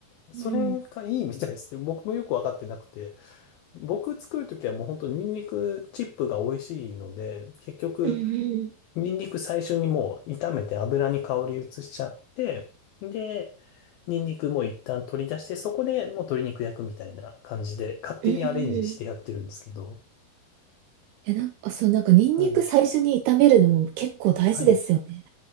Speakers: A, on the left; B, on the right.
A: それがいいみたいですね。
B: うん。
A: 僕もよくわかってなくて。僕作るときはもう本当ニンニクチップが美味しいので、結局、
B: うんうん
A: ニンニク最初にもう炒めて油に香り移しちゃって、で、ニンニクも一旦取り出して、そこでもう鶏肉焼くみたいな感じで、勝手にアレンジしてやってるんですけど。
B: うんうんえ、なんか、そう、なんかニンニク最初に炒めるのも結構大事ですよね。
A: はい。はい。